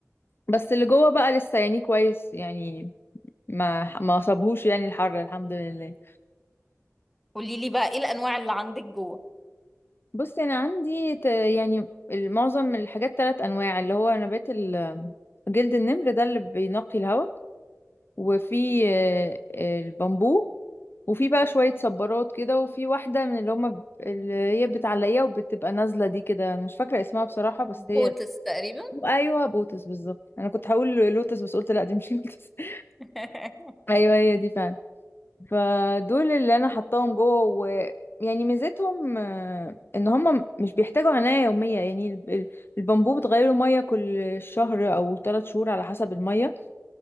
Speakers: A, on the left (about 45°); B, in the centre.
A: بس اللي جوه بقى لسه يعني كويس يعني ما ما صابهوش يعني الحر الحمد لله
B: قوليلي بقى ايه الانواع اللي عندك جوه
A: بص انا عندي ت- يعني معظم الحاجات ثلاث انواع اللي هو نبات ال- جلد النمر ده اللي بينقي الهواء وفي آه، آه، البامبو وفي بقى شوية صبارات كده وفي واحدة من اللي هما ب- اللي هي بتعلقيها وبتبقى نازلة دي كده انا مش فاكرة اسمها بصراحة بس هي
B: بوتس تقريبا
A: ايوه بوتس بالظبط انا كنت هقول لوتس بس قلت لا دي مش لوتس <laughs>
B: <laughs>
A: ايوه هي دي فعلا فدول اللي انا حطاهم جوه ويعني ميزتهم آه، ان هم مش بيحتاجوا عناية يومية يعني ال- ال- البامبو بتغيره مية كل شهر او ثلاث شهور على حسب المية